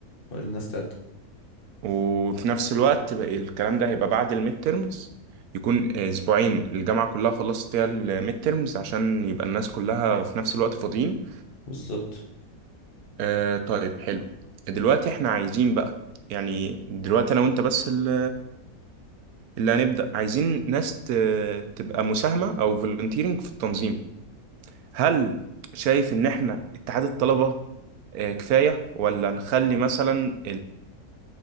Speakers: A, on the left; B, on the right.
A: والناس تقدم
B: وفي نفس الوقت بقى الكلام ده هيبقى بعد الميد تيرمز يكون اسبوعين الجامعه كلها خلصت فيها الميد تيرمز عشان يبقى الناس كلها في نفس الوقت فاضيين
A: بالظبط
B: آه طيب حلو دلوقتي احنا عايزين بقى يعني دلوقتي انا وانت بس ال- اللي هنبدأ عايزين ناس ت- تبقى مساهمة او فولنتيرنج في التنظيم هل شايف ان احنا اتحاد الطلبة آه كفاية ولا نخلي مثلا